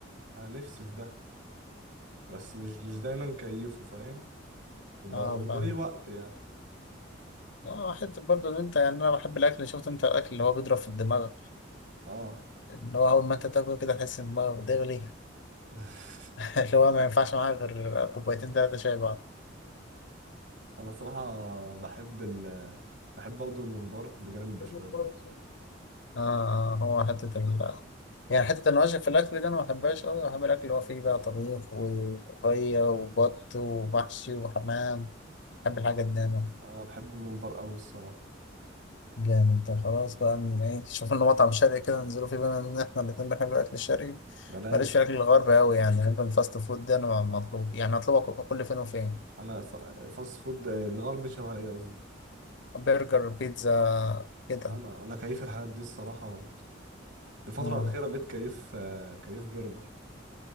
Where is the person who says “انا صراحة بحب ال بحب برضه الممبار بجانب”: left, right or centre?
Right